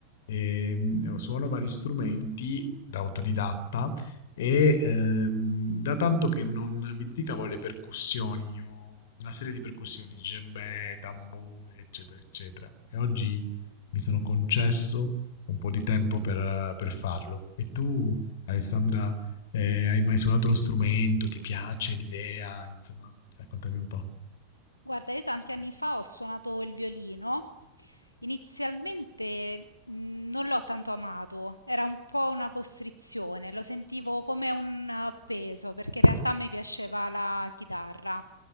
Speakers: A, on the left (about 55°); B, on the left (about 80°).
A: ehm, suono vari strumenti da autodidatta e ehm, da tanto che non mi dedicavo alle percussioni, io ho una serie di percussioni, djembe, tamburi, eccetera, eccetera. E oggi mi sono concesso un po' di tempo per, eh, per farlo. E tu, Alessandra, eh, hai mai suonato uno strumento? Ti piace l'idea? Insomma, raccontami un po'.
B: Guarda, io tanti anni fa ho suonato il violino. Inizialmente mh, non l'ho tanto amato, era un po' una costrizione, lo sentivo come un eh, peso, perché in realtà mi piaceva la chitarra.